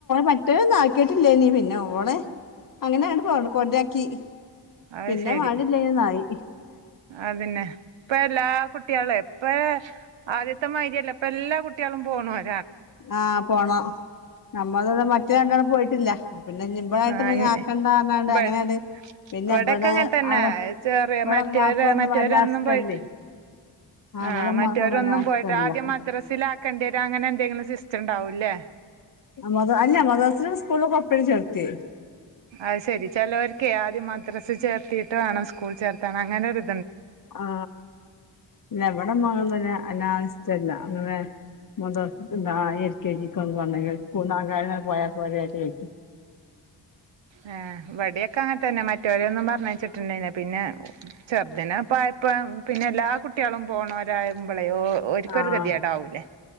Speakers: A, on the left; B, on the right.
A: മറ്റേനൊന്നു ആക്കീട്ടില്ലേനീ പിന്നെ ഓളെ അങ്ങനേണ് പോ കൊണ്ടേക്കി
B: അത്
A: പിന്നെ
B: ശരി
A: മാണ്ടില്ലേനിന്നായി
B: അതന്നെ ഇപ്പ എല്ലാ കുട്ട്യേളേ ഇപ്പേ ആദ്യത്തെ മാതിരിയല്ല ഇപ്പൊ എല്ലാ കുട്ട്യാളും പോണോ അ
A: ആ പോണം നമ്മളുടെ മറ്റേ രണ്ടാളും പോയിട്ടില്ല പിന്നെ ഇബളായിട്ട്
B: ആ
A: പിന്നെ
B: ൻ
A: ആക്കണ്ടാർഞ്ഞാണ്ട്
B: ബ
A: അങ്ങനെയാണ്ട് പിന്നെ
B: ഇവടക്കങ്ങൻതന്നെ
A: ഇബടെ അവിടെ
B: ചെറേ
A: ഇബടെ
B: മറ്റേര്
A: ഇമ്മാക്കൊന്നും
B: മറ്റേരാന്നും
A: വല്ലാ ഇഷ്ടല്ലേ
B: പോയിട്ട് ആഹ്
A: ഇബടെ ഇമ്മാക്കൊന്നും
B: മറ്റേരൊന്നും
A: വല്ലാ ഇഷ്ടല്ല.
B: പോയിട്ട് ആദ്യം മദ്രസ് ല് ആക്കേണ്ടരു അങ്ങനെന്തെങ്കിലും സിസ്റ്റ് ഇണ്ടാവൂല്ലേ
A: <unintelligible> അല്ല മദർസിലും സ്കൂളോകൊപ്പന്നെ ച്ചേർത്തിയേ
B: അയ് ശരി ചെലോർക്കേ ആദ്യം മദ്രസ് ചേർത്തീട്ട് വേണം സ്കൂൾ ചേർത്താന് അങ്ങനെരു
A: ആ ഇല്ലവിടെ <unintelligible> അങ്ങനെ മദർസ്ക്ക് ആ എ ൽ കെ ജിക്കാ ന്ന് പർഞ്ഞ സ്കൂൾ <unintelligible> പോയാ പോരെ ചോയ്ക്കും
B: ഏ ഇവടിയൊക്കെങ്ങനെ തന്നെ മറ്റേ രൊന്നും പർഞ്ഞയ്ച്ചി <unintelligible> പിന്നെ ചെർതിനേപ്പായ ഇപ്പം പിന്നെ എല്ലാ കുട്ടിയേളും പോണോരായ്മ്പളേ ഓ ഓർക്കൊരു
A: ആഹ്
B: കെതിയേടാവൂലേ